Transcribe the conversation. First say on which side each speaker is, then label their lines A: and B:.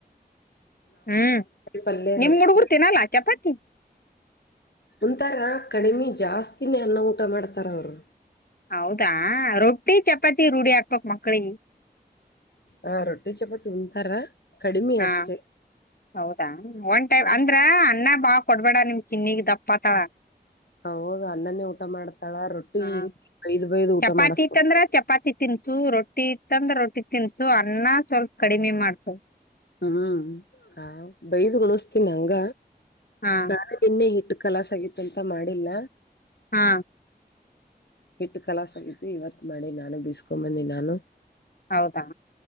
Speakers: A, on the left (about 60°); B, on the left (about 80°).
A: ಹ್ಮ್
B: ಪಲ್ಯ
A: ನಿಮ್
B: ರೊಟ್ಟಿ
A: ಹುಡುಗುರು ತಿನ್ನಲ್ಲ ಚಪಾತಿ.
B: ಉಣತಾರ ಕಡಿಮೆ ಜಾಸ್ತಿನೇ ಅನ್ನ ಊಟ ಮಾಡ್ತಾರ ಅವರು.
A: ಹೌದಾ ರೊಟ್ಟಿ ಚಪಾತಿ ರೂಢಿ ಹಾಕ್ಬೇಕು ಮಕ್ಳಿಗೆ.
B: ಹ ರೊಟ್ಟಿ ಚಪಾತ್ ಉಣ್ತಾರ ಕಡಿಮಿ
A: ಹಾ
B: ಅಷ್ಟೆ.
A: ಹೌದಾ ಒಂದ್ ಟೈಮ್ ಅಂದ್ರ ಅನ್ನ ಬಾಳ್ ಕೊಡ್ಬೇಡ ನಿಮ್ ಚಿನ್ನಗ್ ದಪ್ಪ ಆತಾಳ
B: ಹ ಹೌದು ಅನ್ನನೇ ಊಟ ಮಾಡ್ತ ಮಾಡ್ತಾಳ ರೊಟ್ಟಿ
A: ಹ
B: ಬೈದ ಬೈದು
A: ಚಪಾತಿ
B: ಊಟ ಮಾಡಿಸಬೇಕು.
A: ಇತ್ತಂದ್ರ ಚಪಾತಿ ತಿನ್ಸು ರೊಟ್ಟಿ ಇತಂದ್ರ ರೊಟ್ಟಿ ತಿನ್ಸು ಅನ್ನ ಸ್ವಲ್ಪ ಕಡಿಮೆ ಮಾಡ್ಸು
B: ಹ್ಮ್ ಹ ಬೈದ್ ಉಣಸ್ತೀನ್ ಹಂಗ
A: ಹಾ
B: ರಾತ್ <unintelligible> ಇಟ್ಟ ಕಲಾಸ ಆಗಿತ್ ಅಂತ ಮಾಡಿಲ್ಲ.
A: ಹಾ
B: ಹಿಟ್ಟು ಕಲಾಸ್ ಆಗತಿ ಇವತ್ ಮಾಡಿ ನಾನು ಬೀಸ್ಕೊಂದೀ ಬಂದಿ ನಾನು.
A: ಹೌದಾ